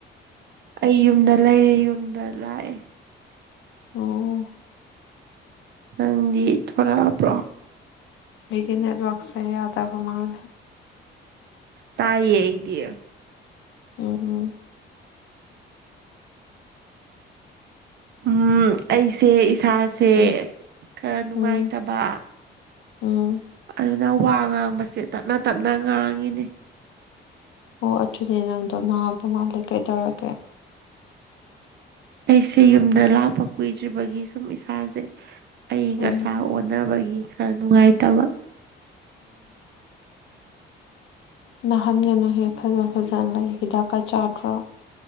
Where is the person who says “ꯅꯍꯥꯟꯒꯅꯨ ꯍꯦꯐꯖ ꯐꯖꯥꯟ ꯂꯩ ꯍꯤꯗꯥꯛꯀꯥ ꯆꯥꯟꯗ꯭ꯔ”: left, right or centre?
Left